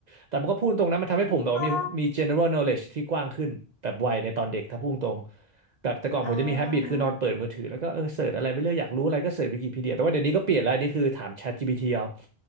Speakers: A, on the right (about 55°); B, on the left (about 65°).
A: แต่มันก็พูดตรงนะมันทำให้ผมแบบว่ามีมี
B: จริงป่ะ
A: general knowledge ที่กว้างขึ้นแบบวัยในตอนเด็กถ้าพูดตรงแบบแต่ก่อนผมจะมี
B: อ่า
A: habit คือนอนเปิดมือถือแล้วก็เออเสิร์ชอะไรไปเรื่อยอยากรู้อะไรก็เสิร์ชวิกิพีเดียแต่ว่าเดี๋ยวนี้ก็เปลี่ยนแล้วอันนี้คือถาม ChatGPT เอา